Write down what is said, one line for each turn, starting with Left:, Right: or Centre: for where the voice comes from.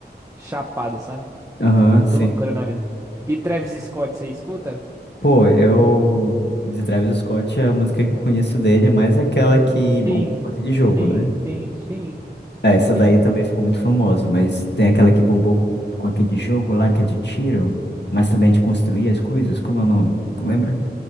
Right: chapado, sabe?
Left: aham,
Right: Muita
Left: sim.
Right: loucura na vida. E Travis Scott, você escuta?
Left: Pô, eu. De Travis Scott, a música que eu conheço dele é mais aquela que bombou
Right: Fim,
Left: com aquele jogo,
Right: fim,
Left: né?
Right: fim, fim,
Left: É, essa
Right: fim.
Left: daí também ficou muito famosa, mas tem aquela que bombou com, com aquele jogo lá que é de tiro, mas também é de construir as coisas. Como é o nome? Tu lembra?